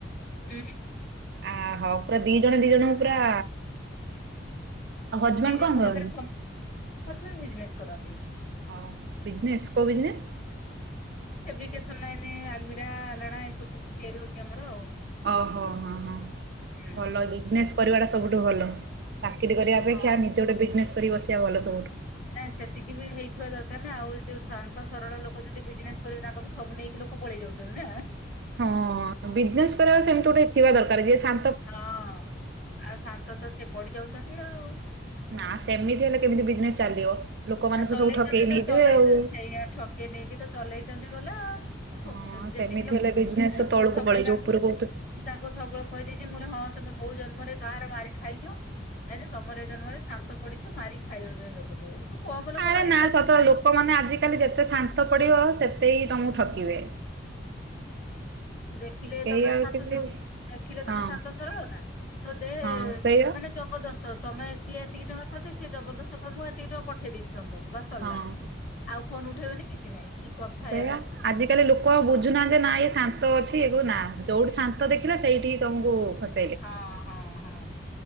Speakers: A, on the left (about 40°); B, on the right (about 55°).
A: <inaudible>
B: ଆହୋ ପୁରା ଦି ଜଣ ଦି ଜଣଙ୍କୁ ପୁରା ଆଉ ହଜବଣ୍ଡ
A: ମାନେ ଦି ଜଣଙ୍କ
B: କଣ କରନ୍ତି?
A: ପାଖରେ ହଜବେଣ୍ଡ ବିଜନେସ କରନ୍ତି।
B: ଓ ବିଜନେସ୍ କୋଉ ବିଜନେସ୍?
A: ଫେବ୍ରିକେସନ ଲାଇନ ଆଲମିରା ଆଲାଣା ଏସବୁ ଜିନିଷ ତିଆରି ହଉଛି ଆମର ଆଉ।
B: ଓହୋ, ହ ହୋ
A: ହୁଁ।
B: ଭଲ ବିଜନେସ୍ କରିବା ଟା ସବୁଠୁ ଭଲ। ଚାକିରି କରିବା ଅପେକ୍ଷା
A: ହଁ
B: ନିଜ ଗୋଟେ ବିଜନେସ୍ କରିିକ ବସିବା ଭଲ ସବୁଠୁ।
A: ନାଁ, ସେତିକି ବି ହେଇଥିବା ଦରକାର ନା। ଆଉ ଯୋଉ ଶାନ୍ତ ସରଳ ଲୋକ ଯଦି ବିଜନେସ କରିବେ ତାଙ୍କ ବି ସବୁ ନେଇକି ଲୋକ ପଳେଇ ଯାଉଛନ୍ତି ନା।
B: ହଁ, ବିଜନେସ୍ କରିବା ସେମିତି ଗୋଟେ ଥିବା ଦରକାର ଜିଏ ସା
A: ହଁ ଆଉ ଶାନ୍ତ ତ ସେ ପଡି ଯାଉଛନ୍ତି ଆଉ।
B: ନା ସେମିତି ହେଲେ କେମିତି ବିଜନେସ ଚାଲିବ। ଲୋକମାନେ
A: ଆଉ ଚଲେଇଛନ୍ତି
B: ତ ସବୁ ଠକେଇ
A: ତ
B: ନେଇଯିବେ
A: ଚଲେଇଛନ୍ତି
B: ଆଉ।
A: ସେଇଆ ଠକେଇ ନେଇକି ତ ଚଲେଇଛନ୍ତି ଗଲା ଆଉ। ଠକୁଛନ୍ତି
B: ହଁ
A: ଯେତିକି
B: ସେମିତି
A: ଲୋକ
B: ହେଲେ
A: ଆ
B: ବିଜନେସ
A: ମୁଁ
B: ତଳକୁ
A: ସବୁବେଳେ
B: ପଳେଇଯିବ
A: ତାକୁ
B: ଉପରକୁ
A: ମୁ
B: ଉଠ
A: ତାଙ୍କୁ ସବୁବେଳେ କହିଦେଇଛି ମୁ ହଁ ତମେ କୋଉ ଜନ୍ମରେ କାହାର ମାରି ଖାଇଛ କାଇଁ ତମର ଏ ଜନ୍ମରେ ଶାନ୍ତ ପଡିଛ ମାରି ଖାଇ ଦଉଛନ୍ତି ଲୋକ ସବୁ କମ ଲୋକ
B: ଆରେ
A: ମାରି
B: ନା
A: ଖାଉଛନ୍ତି।
B: ସତ ଲୋକମାନେ ଆଜିକାଲି ଯେତେ ଶାନ୍ତ ପଡିବ ସେତେ ହିଁ ତମକୁ ଠକିବେ।
A: ଆ ଦେଖିଲେ
B: କେହି
A: ତମେ
B: ଆଉ
A: ସାତଶହ
B: କିଛି
A: ଦେଖିଲେ ତମେ
B: ହଁ
A: ଶାନ୍ତ ସରଳ ନା ତ ଦେ
B: ହଁ ସେଇଆ
A: ମାନେ ଜବରଦସ୍ତ ତମେ ସିଏ ଏତିକି ଟଙ୍କା କରିଦେ ସିଏ ଜବରଦସ୍ତ କରି ମୁଁ ଏତିକି ଟଙ୍କା ପଠେଇ ଦେଇଛି ତମ ପାକୁ ବା ସରିଲା।
B: ହଁ।
A: ଆଉ ଫୋନ୍ ଉଠେଇବନି କିଛି ନାଇଁ କି
B: ସେୟା।
A: ୟାର
B: ଆଜିକାଲି ଲୋକ ବୁଝୁନାହାନ୍ତି ନା ଇଏ ଶାନ୍ତ ଅଛି ଏ ନା ଯୋଉଠି ଶାନ୍ତ ଦେଖିଲା ସେଇଠି ତମକୁ ଖସ
A: ହଁ ହଁ ହଁ।